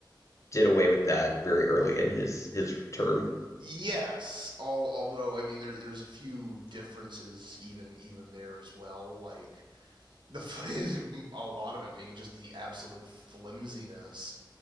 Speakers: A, on the left (about 40°); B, on the right (about 75°).
A: did away with that very early in his his term.
B: Yes, all, although I mean there, there's a few differences even even there as well. Like the <laughs> a lot of it being just the absolute flimsiness